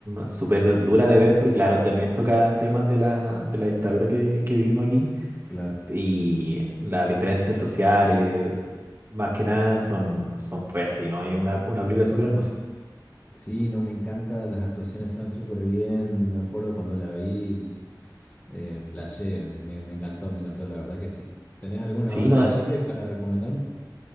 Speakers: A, on the right (about 30°); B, on the left (about 20°).
A: súper dura de ver, porque claro, también toca temas de la, de la dictadura que, que vivimos aquí,
B: Claro.
A: y las diferencias sociales, más que nada, son, son fuertes, y no hay una, una película súper hermosa.
B: Sí, no, me encanta. Las actuaciones están súper bien. Me acuerdo cuando la vi. Eh, flashé. Me, me encantó, me encantó. La verdad que sí. ¿Tenés alguna
A: Sí,
B: otra
A: no,
B: de Chile para recomendarme?